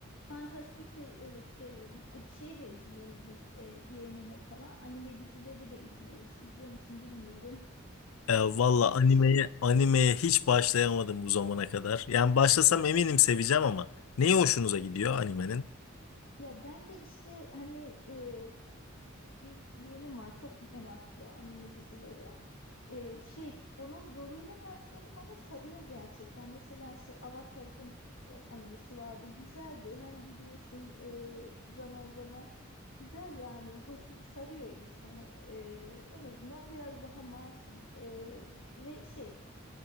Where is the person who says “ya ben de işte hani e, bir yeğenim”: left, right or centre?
Left